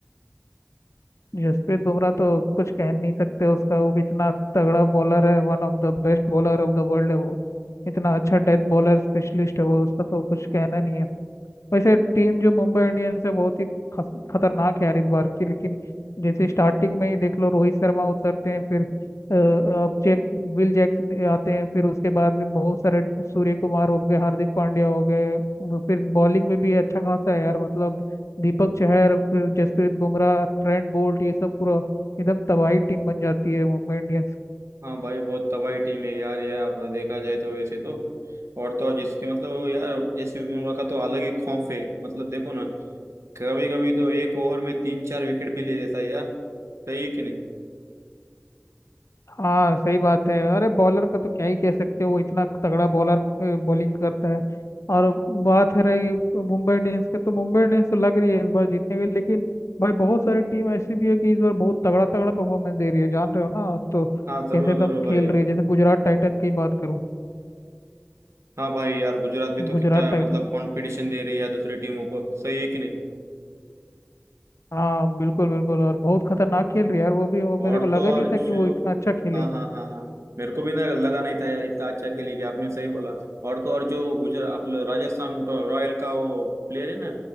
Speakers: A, on the left (about 85°); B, on the right (about 80°).
A: जसप्रीत बुमराह तो कुछ कह नहीं सकते उसका वो कितना तगड़ा बॉलर है one of the best bowler of the world है वो इतना अच्छा डेथ बॉलर स्पेशलिस्ट है वो उसका तो कुछ कहना नहीं है वैसे टीम जो मुंबई इंडियंस है बहुत ही खस, खतरनाक है यार इस बार की लेकिन जैसे स्टार्टिंग में ही देख लो रोहित शर्मा उतरते हैं फिर अ, अ, जैक विल जैक्सन आते हैं फिर उसके बाद भी बहुत सारे सूर्य कुमार हो गए हार्दिक पांड्या हो गए वो फिर बॉलिंग में भी अच्छा खासा है यार मतलब दीपक चहर फिर जसप्रीत बुमराह ट्रेंट बोल्ट ये सब पूरा एकदम तबाही टीम बन जाती है मुंबई इंडियंस
B: हाँ भाई बहुत तबाही टीम है यार ये आप देखा जाए तो वैसे तो और तो और जिसके मतलब वो यार जसप्रीत बुमराह का तो अलग ही खौफ है मतलब देखो ना कभी कभी तो एक ओवर में तीन चार विकेट भी ले लेता है यार सही है कि नहीं
A: हाँ सही बात है अरे बॉलर का तो क्या ही कह सकते हो वो इतना तगड़ा बॉलर बॉलिंग करता है और बात है रही मुंबई इंडियंस के तो मुंबई इंडियंस तो लग रही है इस बार जीतने के लेकिन भाई बहुत सारी टीम ऐसी भी है कि इस बार बहुत तगड़ा तगड़ा परफॉर्मेंस दे रही है जान रहे हो ना आप तो कैसे
B: हाँ जरूर
A: एकदम
B: जरूर भाई
A: खेल रही है जैसे गुजरात टाइटन की बात करूँ
B: हाँ भाई यार गुजरात भी तो
A: गुजरात
B: कितना
A: टाइटन
B: मतलब कंपटीशन दे रही है यार दूसरी टीमों को सही है कि नहीं
A: हाँ बिल्कुल बिल्कुल और बहुत खतरनाक खेल रही है यार वो भी वो मेरे
B: और
A: को लगा
B: तो और
A: नहीं था
B: जो
A: कि वो इतना अच्छा खेलेगी
B: हाँ हाँ हाँ हाँ मेरे को भी ना लगा नहीं था यार इतना अच्छा खेली कि आपने सही बोला और तो और जो गुजरात आप लोग राजस्थान तो रॉयल का वो प्लेयर है ना